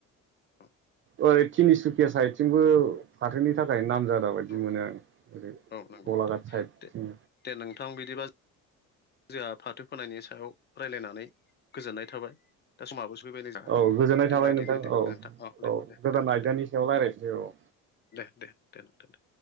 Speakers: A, on the left; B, on the right.
A: औ
B: ओरै थिनिसुकिया साइडथिंबो फाथोनि थाखाय नाम जादा बायदि
A: औ
B: मोनो आं ओरै
A: औ नंगौ
B: गलाघाट
A: नोंथां
B: साइडथिं
A: दे दे नोंथां बिदिबा जोंहा फाथो फोनायनि सायाव रायज्लायनानै गोजोननाय थाबाय दा समावाबो सोफैबायनो जाहा
B: औ गोजोननाय
A: दोनबा
B: थाबाय नोंथां
A: दिनै दे
B: औ
A: गोजोनथों औ दे दे
B: गोदान
A: दोनथ'
B: आयदानि
A: दे
B: सायाव रायज्लायनोसै औ
A: दे दे दोन नोंथां दे